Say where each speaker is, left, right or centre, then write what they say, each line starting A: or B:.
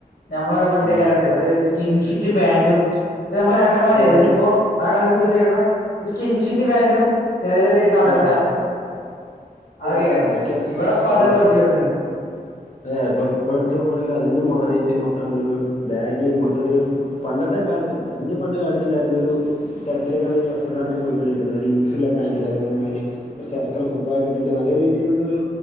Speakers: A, on the left; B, on the left.
A: ഞമ്മളൊക്കെ ഇപ്പന്തേക്കാരം
B: ആഹ്
A: ഇവര് സ്കിൻ ഫിറ്റ് പാന്റും ഇപ്പ ഞമ്മളെ ഏട്ടന്മാരെ
B: ആഹ്
A: ഇത്പ്പോ ആകാലത്ത് ഫുൾകൈള്ള സ്കിൻഫിറ്റ് പേന്റും ഏതിലക്കെ ഒരു കളർ
B: അതെ ആഹ്
A: ഷർട്ടും അതൊകേക്കാരം
B: അത് അതൊക്കെ
A: ഇവിടെപ്പ അത്
B: അതെ
A: <inaudible>
B: അതെ ഇപ്പ ഇപ്പോഴത്ത <unintelligible> അതീന്ന് മാറിയിട്ട് മൊത്തം ഒരു ബാഗി മൊത്തത്തില് പണ്ടത്തെ കാലത്ത് ഇപ്പൊ അയ്നും പണ്ട് കാലത്തുണ്ടാരുന്നൊരു ഇത്തരത്തിലൊക്കാണ് വസ്ത്രധാരണം പോയിക്കൊണ്ടിരിക്കുന്നത് നല്ല ലൂസ്ള്ള പാന്റ് ഇടാ അതേമാതിരി ഒര് ചേർത്തൊള്ള
A: ഉം
B: കുപ്പായോക്കിട്ടിട്ട് നല്ല രീതിയിലുള്ളൊരു